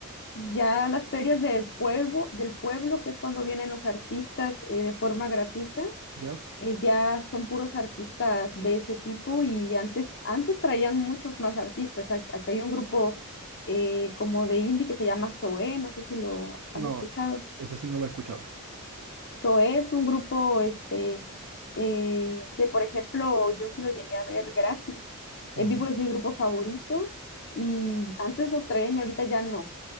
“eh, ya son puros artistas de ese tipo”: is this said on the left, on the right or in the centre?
Left